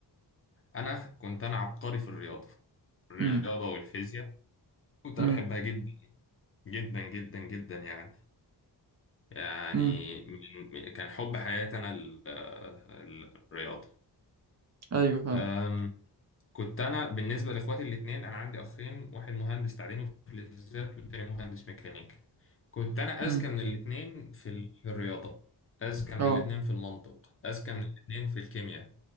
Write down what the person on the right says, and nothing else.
امم
امم
امم
ايوه فاهم
امم
اه